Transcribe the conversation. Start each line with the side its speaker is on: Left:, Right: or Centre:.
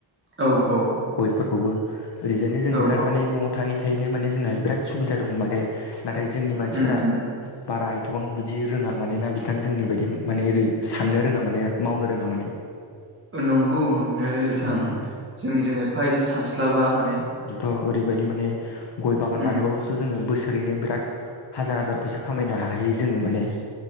Right: औ औ
Left: गयफोरखौबो ओरैजायनो जों
Right: औ
Left: बिराद
Right: औ
Left: माने न'आव थायै थायैनो माने जोंहा बिराद सुबिदा दं माने नाथाय जोंनि मानसिफोरा
Right: उम उम
Left: बारा एथ'बां बिदि रोङा मान ना बिथां जोंनि बायदि माने ओरै साननो रोङा माने मावनो रोङा माने
Right: नंगौ नंनायालाय बिथां
Left: उम
Right: जोंनिजों एफादि सानस्लाबा माने
Left: थ' ओरैबायदि माने गय बागान
Right: उम
Left: बानायबाबो जोङो बोसोरैनो बिराद हाजार हाजार फैसा खामायनो हाहैयो जोङो माने